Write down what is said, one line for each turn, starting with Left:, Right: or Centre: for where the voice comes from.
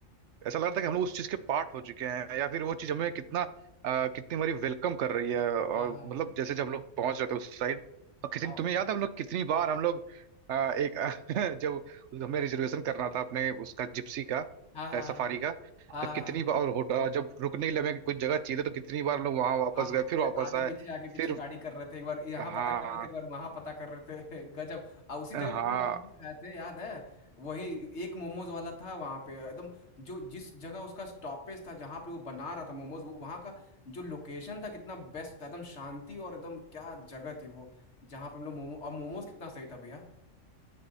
Right: ऐसा लग रहा था कि हम लोग उस चीज के पार्ट हो चुके हैं या फिर वो चीज हमें कितना अ, कितनी हमारी वेलकम कर रही है और
Left: हाँ हाँ
Right: मतलब
Left: हाँ
Right: जैसे जब हम लोग पहुंच रहे थे उस साइड और कितनी
Left: आओ,
Right: तुम्हें याद है हम लोग कितनी बार हम लोग अ, एक <laughs> जब हमें रिजर्वेशन करना था अपने उसका जिप्सी का
Left: हाँ हाँ
Right: सफारी
Left: हाँ हाँ
Right: का
Left: हाँ
Right: तो कितनी
Left: हाँ, हाँ।
Right: बार और होटल जब रुकने के लिए हमें कुछ जगह चाहिए थी, तो कितनी बार हम लोग वहां वापस
Left: हाँ हाँ
Right: गए फिर
Left: अरे
Right: वापस
Left: आगे
Right: आए
Left: पीछे आगे पीछे
Right: फिर
Left: गाड़ी कर रहे थे एक बार यहाँ
Right: हाँ
Left: पता कर रहे थे एक बार वहां पता कर रहे थे <laughs> गजब आ उसी जगह
Right: हाँ
Left: पे तुम लोग मोमोज खाए थे याद है वही एक मोमोज वाला था वहां पे एकदम जो जिस जगह उसका स्टॉपेज था जहाँ पे वो बना रहा था मोमोज वहां का जो लोकेशन था कितना बेस्ट था एकदम शांति और एकदम क्या जगह थी वो जहाँ पे हम लोग मोमो और मोमोज कितना सही था भैया